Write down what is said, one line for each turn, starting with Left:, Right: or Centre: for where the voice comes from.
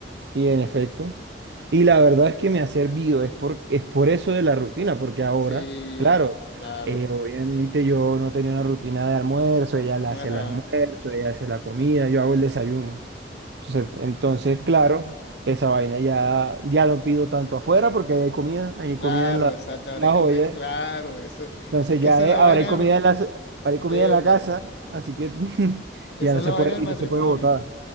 Right: Y en efecto. Y la verdad es que me ha servido, es por, es por eso de la rutina, porque ahora,
Left: Sí,
Right: claro,
Left: claro.
Right: eh, obviamente yo no tenía una rutina de almuerzo, ella la
Left: Ajá.
Right: hace el almuerzo, ella hace la comida, yo hago el desayuno. Entonces, entonces, claro, esa vaina ya, ya no pido tanto afuera porque ahí hay comida, ahí hay
Left: Claro,
Right: comida en la,
Left: exacto. Ahora
Right: la
Left: hay que
Right: joya.
Left: comer. Claro, eso.
Right: Entonces
Left: Es que
Right: ya
Left: esa es
Right: es-
Left: la vaina
Right: ahora hay comida
Left: del.
Right: en la, ahora hay comida
Left: Epa.
Right: en la casa, así que <laughs>
Left: Esa
Right: ya no
Left: es
Right: se
Left: la vaina
Right: puede,
Left: del
Right: y
Left: matrimonio.
Right: no se puede botar,